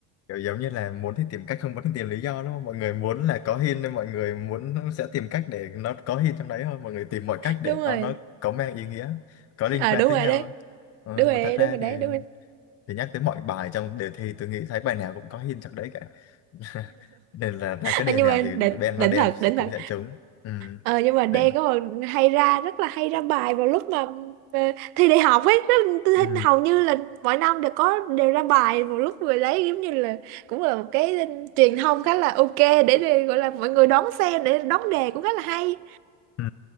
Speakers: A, on the left; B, on the right.
A: kiểu giống như là muốn thì tìm cách, không muốn thì tìm lý do đúng không? Mọi người muốn là có hint nên mọi người muốn sẽ tìm cách để nó có hint trong đấy thôi. Mọi người tìm mọi cách để
B: đúng rồi
A: nó nó có mang ý nghĩa, có liên
B: à,
A: quan
B: đúng
A: tới
B: rồi
A: nhau.
B: đấy
A: á. Ờ,
B: đúng rồi
A: mà
B: đấy,
A: thật ra
B: đúng rồi đấy
A: thì
B: đúng rồi
A: thì nhắc tới mọi bài trong đề thi tôi nghĩ thấy bài nào cũng có hint trong đấy cả. <laughs> Nên là ra cái đề
B: à, nhưng
A: nào
B: mà
A: thì
B: đỉnh
A: đen
B: đỉnh
A: là đen
B: thật
A: sẽ
B: đỉnh
A: cũng
B: thật
A: sẽ trúng. Ừ,
B: ờ nhưng mà đen
A: đỉnh.
B: có còn hay ra rất là hay ra bài vào lúc mà ờ, thi đại học ấy rất, tôi thấy
A: Ừ,
B: hầu như là mỗi năm đều có đều ra bài vào lúc người lấy giống như là cũng là một cái truyền thông khá là ok để, để gọi là mọi người đón xem để đón đề cũng khá là hay
A: ừ,